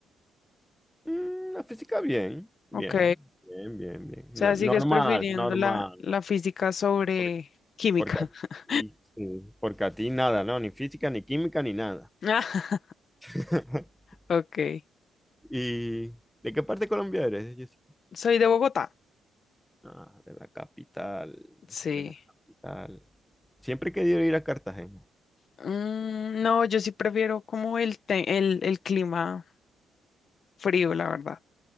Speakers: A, in the centre; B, on the left.
A: Mm, la física bien, bien,
B: Ok.
A: bien, bien, bien.
B: O
A: No-
B: sea,
A: normal,
B: sigues prefiriendo
A: normal.
B: la, la física sobre
A: Por-
B: química.
A: porque, a-
B: <laughs>
A: y, sí, porque a ti nada, ¿no? Ni física, ni química, ni nada.
B: Ah.
A: <laughs>
B: Ok.
A: ¿Y de qué parte de Colombia eres, Jessica?
B: Soy de Bogotá.
A: Ah, de la capital,
B: Sí.
A: de la capital. Siempre he querido ir a Cartagena.
B: Mm, no, yo sí prefiero como el, te- el, el clima. Frío, la verdad.